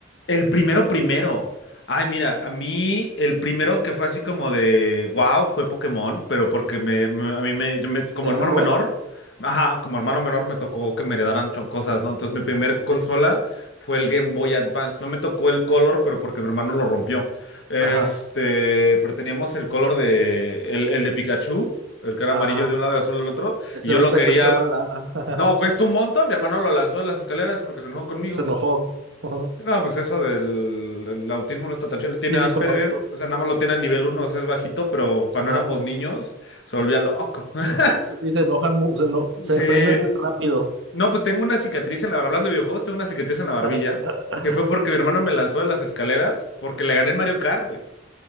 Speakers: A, on the left; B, on the right.
A: El primero primero. Ay, mira, a mí el primero que fue así como de wow fue Pokémon, pero porque me, me- a mí me, yo me- como
B: de
A: hermano
B: Game Boy?
A: menor, ajá, como hermano menor me tocó que me heredaran cho- cosas, ¿no? Entonces mi primer consola
B: Sí.
A: fue el Game Boy Advance. No me tocó el Color, pero porque mi hermano lo rompió. Este,
B: Ajá.
A: pero teníamos el Color de el, el de Pikachu, el que era
B: Ah,
A: amarillo de un lado y azul del otro,
B: ese
A: y yo
B: ahorita
A: lo quería.
B: cuesta más lana.
A: No, cuesta un montón. Mi hermano lo lanzó a las escaleras porque se enojó conmigo.
B: <laughs> Se enojó. <laughs>
A: No, pues eso del el autismo no está tan chido. Él
B: Sí,
A: tiene Asperger,
B: sí conozco.
A: o sea, nada más lo tiene a nivel uno o sea, es bajito, pero cuando
B: Ajá.
A: éramos niños se volvía loco. <laughs>
B: Sí, se enojan, mu- se, eno- se
A: Sí.
B: prenden muy rápido.
A: No, pues tengo una cicatriz en la, hablando de videojuegos, tengo una cicatriz en la barbilla,
B: <laughs>
A: que fue porque mi hermano me lanzó de las escaleras porque le gané en Mario Kart, güey.